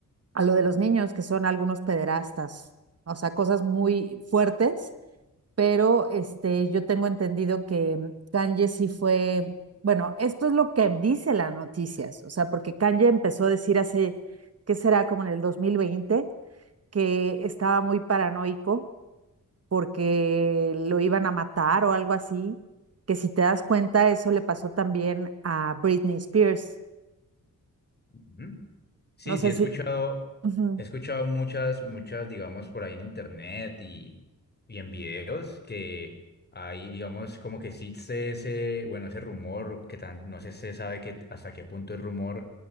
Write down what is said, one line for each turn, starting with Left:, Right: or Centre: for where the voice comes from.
Right: a lo de los niños, que son algunos pederastas, o sea, cosas muy fuertes, pero este, yo tengo entendido que Kanye sí fue, bueno, esto es lo que dice las noticias, o sea, porque Kanye empezó a decir hace, ¿qué será? Como en el dos mil veinte que estaba muy paranoico porque lo iban a matar o algo así, que si te das cuenta, eso le pasó también a Britney Spears.
Left: Ujú. Sí,
Right: No
Left: sí,
Right: sé
Left: he escuchado,
Right: si... Ujú,
Left: he escuchado muchas, muchas, digamos, por ahí en internet y, y en videos que hay, digamos, como que existe ese, bueno, ese rumor que tan, no sé se sabe que, hasta qué punto es rumor